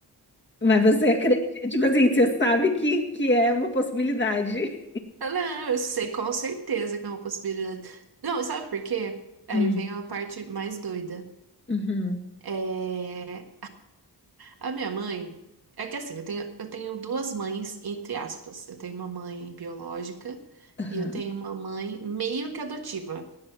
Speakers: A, on the left; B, on the right.
A: Mas você acredita, tipo assim, você sabe que, que é uma possibilidade.
B: Eu Não, eu sei com certeza que é uma possibilidade. Não, sabe por quê? Aí
A: Hum,
B: vem a parte mais doida.
A: uhum,
B: É... A minha mãe. É que assim, eu tenho, eu tenho duas mães, entre aspas. Eu tenho uma mãe biológica
A: aham,
B: e eu tenho uma mãe meio que adotiva.